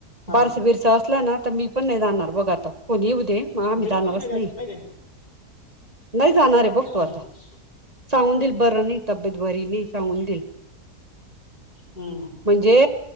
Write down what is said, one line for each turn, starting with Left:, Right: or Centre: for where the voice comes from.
Left: हां
Right: बारस बिरस असलं ना. तर मी पण नाही जाणार. बघ आता, फोन येऊदे. मग आम्ही
Left: बिलकुल
Right: जाणारच
Left: निघायचं
Right: नाही.
Left: रे
Right: नाही जाणार आहे
Left: नाही
Right: बघ तू
Left: म्हणे.
Right: आता. सांगून दिल बरं नाही. तब्येत बरी नाही सांगून देईल.
Left: हम्म.
Right: म्हणजे